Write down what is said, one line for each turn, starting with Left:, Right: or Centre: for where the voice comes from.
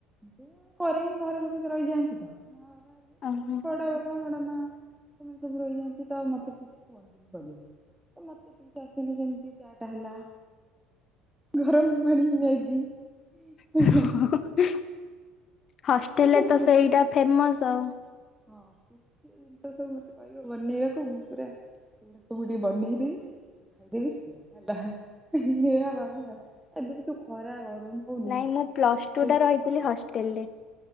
Centre: ମୁଁ କରିନି ଘରେ ସମସ୍ତେ ରହିଯାଆନ୍ତି ତ ମା ବାପା।
Left: ଓହୋ
Centre: ବଡ଼ ବାପା ବଡ଼ ମା ସେମାନେ ସବୁ ରହିଯାନ୍ତି ତ ଆଉ ମତେ କିଛି କୁହନ୍ତିନି କରିବାକୁ ମତେ କିସି ଆସେନି ସେମତି ଚା ଟା ହେଲା। ଗରମ ପାଣି ମ୍ୟାଗି। ହେଲା
Left: <unintelligible> ହଷ୍ଟେଲ୍
Centre: ଶୁସ୍
Left: ରେ ତ
Centre: ଫୁସ୍
Left: ସେଇଟା ଫେମସ୍ ଆଉ।
Centre: ହଁ ସୁସ୍ ଜିନିଷ ସବୁ ମତେ କହିବ ବନେଇବା କ ମୁଁ ପୁରା ସେଗୁଡା ସବୁ ଟିକେ ବନେଇଦେବି ଖାଇଦେବି ଶୋଇବି ହେଲା ଏଇଆ ଭାବେ ଆଉ ଏବେ ବି ଯୋଉ ଖରା ଗରମ ହଉନି
Left: ନାଇଁ ମୁଁ ପ୍ଲସ୍
Centre: ରୋଷେଇ
Left: ଟୁ ଟା
Centre: ଘରେ
Left: ରହିଥିଲି
Centre: ପଶି
Left: ହଷ୍ଟେଲି ରେ